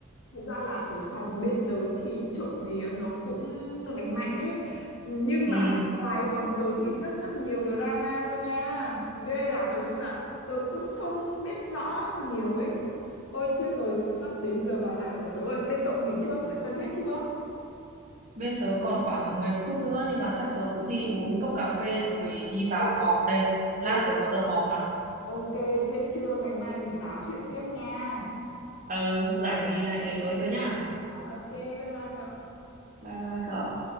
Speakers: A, on the left; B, on the right.
A: Thật ra là ở phòng bên tớ thì trộm vía nó cũng lành mạnh ấy. Nhưng
B: Ừ.
A: mà ngoài phòng tớ thì rất rất nhiều drama luôn nha. Ghê lắm. Nói chung là tớ cũng không biết rõ nhiều ấy. Ôi chết rồi, sắp đến giờ vào làm của tớ rồi. Bên cậu nghỉ trưa sẽ- gần hết chưa?
B: Bên tớ còn khoảng 10 phút nữa nhưng mà chắc tớ cũng đi uống cốc cà phê rồi đi vào
A: Ừ.
B: họp đây. Lát
A: Ừ.
B: tớ có giờ họp mà.
A: Ok, thế trưa ngày mai mình tám chuyện tiếp nha.
B: Ừ, rảnh thì lại ới tớ nhá.
A: À, ok, bye bye cậu.
B: Bye bye cậu.